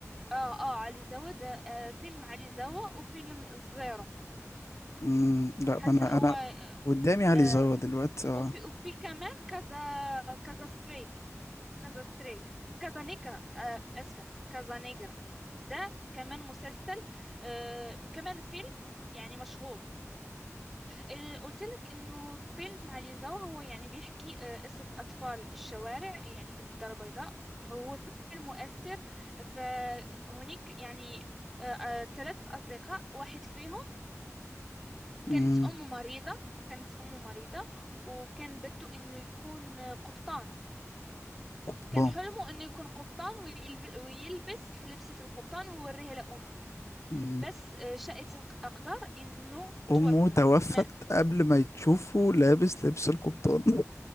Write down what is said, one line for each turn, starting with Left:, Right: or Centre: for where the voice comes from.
Centre: اه اه علي زوا ده آه، فيلم علي زوا وفيلم الزيرو
Left: مم. لا
Centre: حتى
Left: ما انا
Centre: هو
Left: انا قدامي علي
Centre: آه
Left: زوا دلوقتي اه
Centre: وفي وفي كمان كذا كذا ستريت كذا ستريت كذا نيجرا آه اسفة كذا نيجرا ده كمان مسلسل آه كمان فيلم يعني مشهور آه، قلت لك انه فيلم علي زو هو يعني بيحكي آه، قصة اطفال الشوارع يعني في الدار البيضاء هو فيلم مؤثر فهناك يعني ثلاث اصدقاء واحد فيهم
Left: مم.
Centre: كانت أمه مريضة كانت أمه مريضة وكان بده إنه يكون قبطان
Left: قبطان
Centre: كان حلمه إنه يكون قبطان ويلب... ويلبس لبسة القبطان ويوريها لأمه
Left: مم.
Centre: بس آه، شاءت الأقدار إنه
Left: امه
Centre: توفى
Left: توفت
Centre: ما
Left: قبل ما يتشوفه لابس لبس القبطان